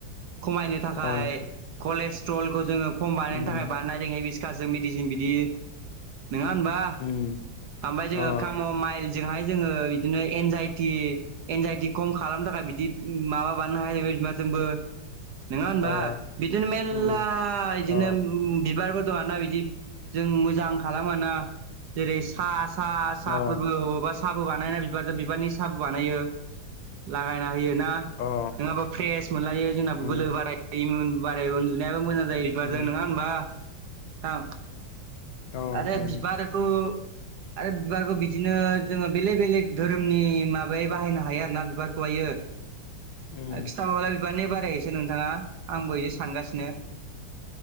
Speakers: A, on the right; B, on the left.
A: खमायनो थाखाय
B: अ
A: कलेस्ट्रलखौ जोंङो खम बानायनो
B: उम
A: थाखाय बानाय जों हे बिसकासजों मेडिसिन बिदि नोङा होनबा
B: उम
A: ओमबाय जोंङो
B: अ
A: खाम माइ जों हाय जोंङो बिदिनो एनजाइ एनजाइटि खम खालामनो थाखाय बि दि माबा बाननो हायो जोंबो। नोङा होनबा
B: अ
A: बिदिनो मेल्ला
B: उम
A: इदिनो
B: अ
A: उम-उम बिबारफोर दं ना बिदि जों मोजां खालामाना जेरै- सा-सा-सा
B: अ
A: फोरबो अबेबा साहाबो बानायना बिबारजों बिबारनि साहाबो बानायो लागायना। होयोना
B: अ
A: नङाबा फ्रेस मोनलायो जों
B: उम
A: बोलो बारायो उन्दुनायाबो मोजां जा जायो बिबारजों
B: उम
A: नोङा होनबा थां
B: अ
A: आरो
B: हय
A: बिबारखौ आरो बिबारखौ बिदिनो जोंङो बेलेग-बेलेग धोरोमनि माबायै बाहायनो हायो आरोना बिबारखौहाय यो आरो
B: उम
A: खिथाब्ला बिबारनि बारायनोसै नोंथाङा आंबो एसे सानगासि